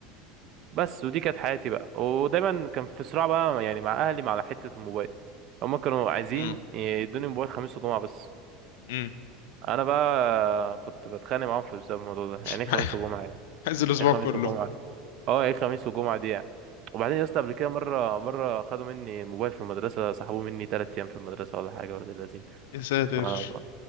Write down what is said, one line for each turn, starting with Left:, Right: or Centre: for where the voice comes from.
Right: بس ودي كانت حياتي بقى ودايما كان في صراع بقى يعني مع اهلي مع حتة الموبايل هما كانوا عايزين
Left: امم
Right: يدوني موبايل خميس وجمعة بس
Left: امم
Right: انا بقى كنت بتخانق معاهم في بسبب الموضوع ده يعني ايه
Left: <laughs>
Right: خميس وجمعة يعني
Left: عايز الاسبوع
Right: ايه خميس
Left: كله
Right: وجمعة اه ايه خميس وجمعة دي يعني وبعدين يا اسطى قبل كده مرة مرة خدوا مني الموبايل في المدرسة سحبوه مني تلات أيام في المدرسة ولا حاجة ولا لذيذ
Left: يا ساتر
Right: اه